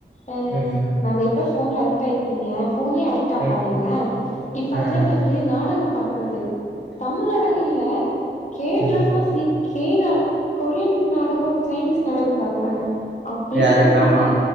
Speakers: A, on the left (about 40°); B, on the right (about 80°).
A: அ
B: ம், ம்,
A: நிறைய பேர் போன்ல அடிட் ஆயிருப்பீங்க போன்லே அடிட் ஆகாதீங்க
B: ம்.
A: இப்ப
B: அ,
A: அதுலே
B: அ.
A: வந்து நாடகம் றது தமிழ் நாடகஇல்ல கேட்ராம
B: ம்.
A: சீ கேனா கொரியன் நாடகோ சைனீஸ் நாடகோ பாக்குறாங்க அப்டின்னு
B: யாரு
A: சொன்னங்க
B: மேமா?